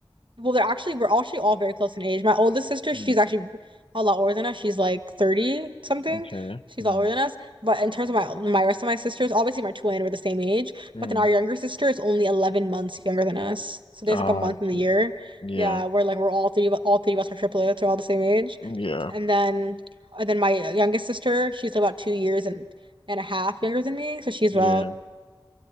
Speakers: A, on the right; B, on the left.
A: Well, they're actually we're actually all very close in age. My oldest sister,
B: Mm,
A: she's actually a lot older than us. She's like 30 something.
B: okay.
A: She's
B: Mm,
A: a lot older than us. But in terms of my my rest of my sisters, obviously my twin were the same age,
B: mm.
A: but then our younger sister is only 11 months younger than us. So there's
B: Ah,
A: like a month
B: I
A: in the
B: see.
A: year.
B: Yeah,
A: Yeah, where like we're all three of all three of us are triplets, we're all the same age.
B: yeah,
A: And then and then my youngest sister, she's about two years and and a half younger than me. So she's
B: yeah.
A: about